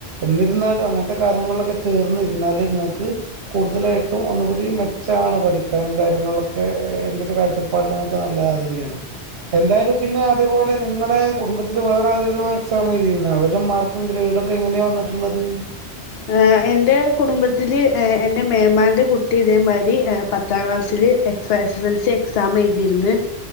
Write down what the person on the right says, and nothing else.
എന്നിരുന്നാലും അങ്ങനത്തെ കാര്യങ്ങള ചേർന്നിരുന്നാൽ ഇങ്ങക്ക് കൂടുതലായിട്ടും ഒന്നുകൂടി മെച്ചാണ് പഠിക്കാനും കാര്യങ്ങളൊക്കെ എന്റെ ഒരു കാഴ്ചപ്പാടിലക്ക നല്ലതാതന്നെയാണ് എന്തായാലും പിന്നെ അതേപോലെ നിങ്ങളെ കുടുംബ ത്തില് വേറെ ആരെലും എക്സാം എഴതിര്ന്ന അവര മാർക്കും ഗ്രേഡും ഒക്കെങ്ങനെയാ വന്നിട്ടുള്ളത്